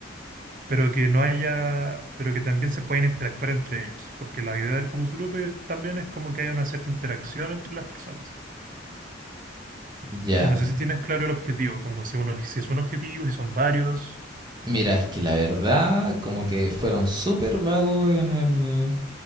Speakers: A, on the right (about 45°); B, on the right (about 25°).
A: pero que no haya, pero que también se pueden interactuar entre ellos, porque la idea del focus group eh, también es como que haya una cierta interacción entre las personas.
B: Ya.
A: Entonces, no sé si tienes claro el objetivo, como si uno, si es un objetivo, si son varios.
B: Mira, es que la verdad, como que fueron súper vagos en el,